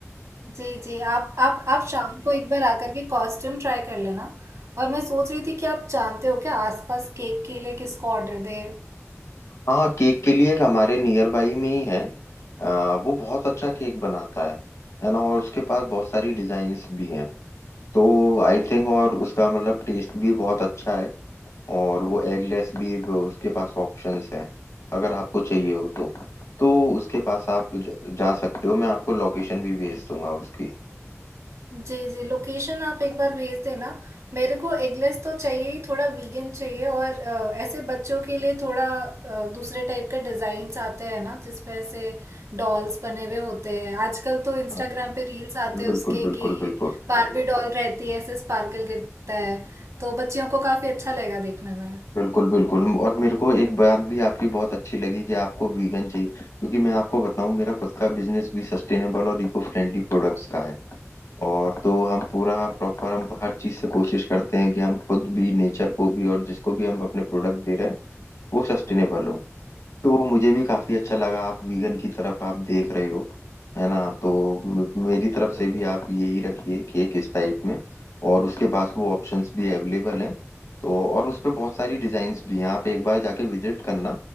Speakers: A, on the right; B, on the left.
A: जी, जी। आप आप आप शाम को एक बार आकर के कॉस्ट्यूम ट्राई कर लेना और मैं सोच रही थी कि आप जानते हो क्या आसपास केक के लिए किसको ऑर्डर दे
B: हाँ केक के लिए एक हमारे नियर बाई में ही है अ, वो बहुत अच्छा केक बनाता है है ना और उसके पास बहुत सारी डिजाइन्स भी हैं तो आई थिंक और उसका मतलब टेस्ट भी बहुत अच्छा है और वो एगलेस भी वो उसके पास ऑप्शंस हैं अगर आपको चाहिए हो तो तो उसके पास आप ज- जा सकते हो मैं आपको लोकेशन भी भेज दूंगा उसकी
A: जी, जी। लोकेशन आप एक बार भेज देना। मेरे को एगलेस तो चाहिए ही थोड़ा वीगन चाहिए और अ, ऐसे बच्चों के लिए थोड़ा अ, दूसरे टाइप के डिज़ाइंस आते हैं ना जिसमें ऐसे डॉल्स बने हुए होते हैं। आजकल तो इंस्टाग्राम
B: अच्छा
A: पे रील्स आते हैं
B: बिल्कुल
A: उसके
B: बिल्कुल
A: कि
B: बिल्कुल
A: बारबी डॉल रहती है ऐसे स्पार्कल गिरता है तो बच्चियों को काफ़ी अच्छा लगेगा देखने में।
B: बिल्कुल बिल्कुल और मेरे को एक बात भी आपकी बहुत अच्छी लगी कि आपको वीगन चाहिए क्योंकि मैं आपको बताऊं मेरा खुद का बिजनेस भी सस्टेनेबल और इको फ्रेंडली प्रोडक्ट्स का है और तो हम पूरा प्रॉपर हम हर चीज से कोशिश करते हैं कि हम खुद भी नेचर को भी और जिसको भी हम अपने प्रोडक्ट दे रहे हैं वो सस्टेनेबल हो तो मुझे भी काफी अच्छा लगा आप वीगन की तरफ आप देख रहे हो है ना तो म- मेरी तरफ से भी आप यही रखिए केक इस टाइप में और उसके पास वो ऑप्शंस भी अवेलेबल हैं तो और उस पे बहुत सारी डिजाइन्स भी हैं आप एक बार जाके विजिट करना